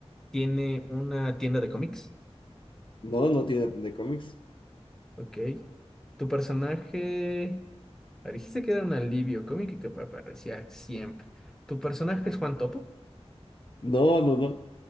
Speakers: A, in the centre; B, on the left.
A: tiene una tienda de cómics?
B: No, no tiene de cómics.
A: Ok. ¿Tu personaje... ah, Dijiste que era un alivio cómico y que aparecía siempre. ¿Tu personaje es Juan Topo?
B: No, no, no.